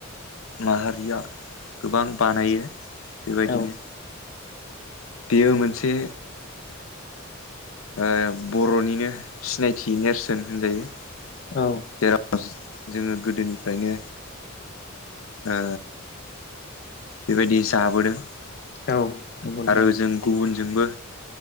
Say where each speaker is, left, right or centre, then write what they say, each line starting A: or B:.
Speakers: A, on the left; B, on the left.
A: माहारिया गोबां बानायो बेबायदिनो
B: औ
A: बेयो मोनसे ओ बर'निनो सिनायथि नेरसोन होनजायो
B: औ
A: जेराव जोङो गोदोनिफ्रायनो ओ बेबायदि जाबोदों
B: औ नंगौ
A: आरो
B: नोंथां
A: जों गुबुनजोंबो